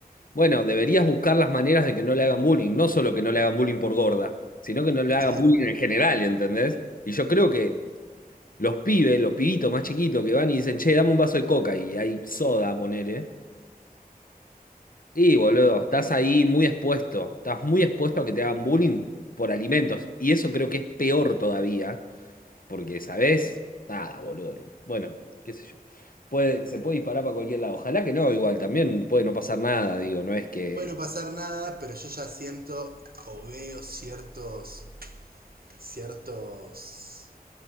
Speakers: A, on the left; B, on the right.
A: bueno, deberías buscar las maneras de que no le hagan bullying. No solo que no le hagan bullying por gorda, sino que no le hagan
B: Claro.
A: bullying en general, ¿entendés? Y yo creo que los pibes, los pibitos más chiquitos que van y dicen, che, dame un vaso de coca y hay soda, ponele. Y boludo, estás ahí muy expuesto, estás muy expuesto a que te hagan bullying por alimentos. Y eso creo que es peor todavía, porque, ¿sabés? Nada, boludo. Bueno, qué sé yo. Puede, se puede disparar para cualquier lado. Ojalá que no, igual también puede no pasar nada, digo, no es que...
B: Puede no pasar nada, pero yo ya siento o veo ciertos, ciertos